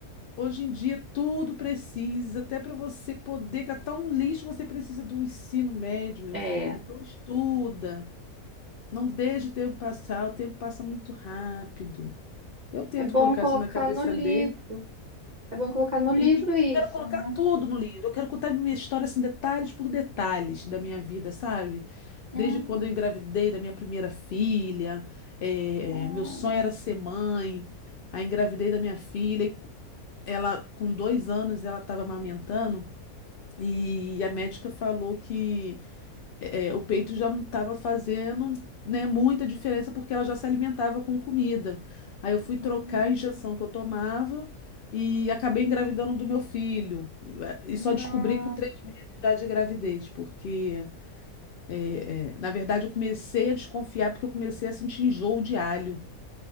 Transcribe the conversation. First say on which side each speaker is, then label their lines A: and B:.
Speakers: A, on the left; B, on the right.
A: Hoje em dia tudo precisa, até para você poder catar um lixo, você precisa do ensino médio, meu
B: É,
A: filho. Então estuda. Não deixe o tempo passar, o tempo passa muito rápido. Eu tento
B: é bom
A: colocar
B: colocar
A: isso na cabeça
B: no livro.
A: dele.
B: É bom colocar no
A: E
B: livro
A: isso,
B: isso,
A: quero colocar
B: né?
A: tudo no livro. Eu quero contar minha história assim, detalhes por detalhes da minha vida, sabe?
B: Uhum.
A: Desde quando eu engravidei da minha primeira filha, eh,
B: Uhum.
A: eh, meu sonho era ser mãe. Aí engravidei da minha filha, e cu- ela com dois anos ela estava amamentando e a médica falou que é, é, o peito já não estava fazendo, né, muita diferença porque ela já se alimentava com comida. Aí eu fui trocar
B: Uhum.
A: a injeção que eu tomava e acabei engravidando do meu filho. E
B: Nossa.
A: só descobri com três dias já de gravidez, porque, é, é, na verdade, eu comecei a desconfiar porque eu comecei a sentir enjoo de alho.